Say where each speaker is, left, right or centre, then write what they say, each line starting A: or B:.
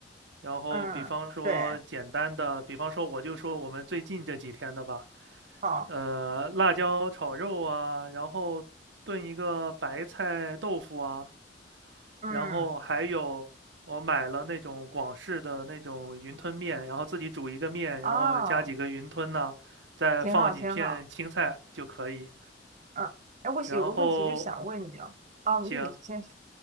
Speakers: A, on the right; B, on the right.
A: 然后，
B: 嗯，
A: 比方说简单的，
B: 对，
A: 比方说我就说我们最近这几天的吧，
B: 好，
A: 呃，辣椒炒肉啊，然后炖一个白菜豆腐啊，
B: 嗯，
A: 然后还有我买了那种广式的那种云吞面，然后自己煮一个面，
B: 哦，
A: 然后加几个云吞呐、再放几片青菜就可以。
B: 挺好挺好。嗯，哎，我有个问题就想问你啊，
A: 然后，
B: 啊，
A: 行，
B: 你先说，